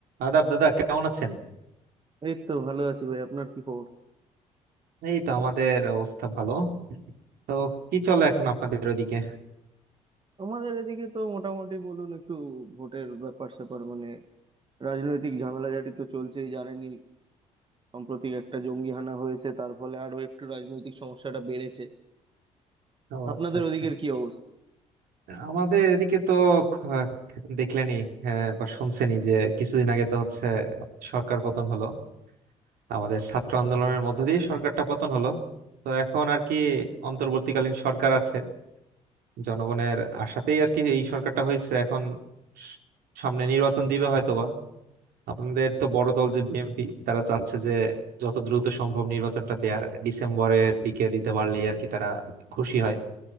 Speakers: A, on the right; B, on the right.
A: আদাব দাদা কেমন আছেন
B: এই তো ভালো আছি ভাই আপনার কি খবর
A: এই তো আমাদের অবস্থা ভালো তো কি চলে এখন আপনাদের ওইদিকে
B: আমাদের এদিকে তো মোটামুটি বলুন একটু ভোটের ব্যাপার স্যাপার মানে রাজনৈতিক ঝামেলাঝাটি তো চলছেই জানেনই সাম্প্রতিক একটা জঙ্গি হানা হয়েছে তার ফলে আরো একটু রাজনৈতিক সমস্যাটা বেড়েছে
A: ও
B: আপনাদের
A: আচ্ছা আচ্ছা
B: ওদিকের কি অবস্থা
A: আমাদের এদিকে তো খ- দেখলেনই হ্যাঁ, বা শুনছেনই যে কিছুদিন আগে তো হচ্ছে সরকার পতন হলো আমাদের ছাত্র আন্দোলনের মধ্য দিয়ে সরকারটা পতন হলো তো এখন আর কি অন্তর্বর্তীকালীন সরকার আছে জনগণের আশাতেই আর কি এই সরকারটা হয়েছে এখন স- সামনে নির্বাচন দিবে হয়তো আপনাদের তো বড় দল যে বিএনপি তারা চাচ্ছে যে যত দ্রুত সম্ভব নির্বাচনটা দেয়ার ডিসেম্বরের দিকে দিতে পারলে আর কি তারা খুশি হয়